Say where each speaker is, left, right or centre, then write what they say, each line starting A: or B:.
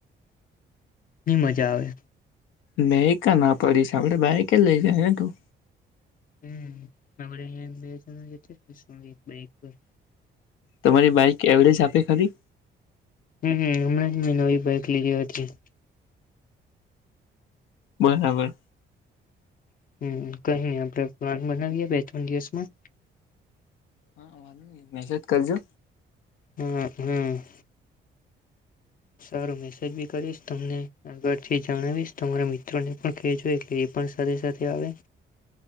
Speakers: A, on the left; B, on the left.
A: ની મજા આવે.
B: મેં ક ના પડીશ આપડે બાય કે લઈ જાય ને તું.
A: હમડ અં બે જણ જે બાઈક પર
B: તમારી બાઈક એવરેજ આપે ખરી
A: હમ હમણાં જ મેં નવી બાઈક લીધી હતી.
B: બરાબર
A: હમ કઈ આપણે પ્લાન બનાવીએ બે ત્રણ દિવસમાં
B: હા વાંધ મેસેજ કરજો.
A: હમ હમ. સારો મેસેજ બી કરીશ તમને આગળથી જણાવીશ તમારા મિત્રોને પણ કહેજો એટલે એ પણ સાથે સાથે આવે.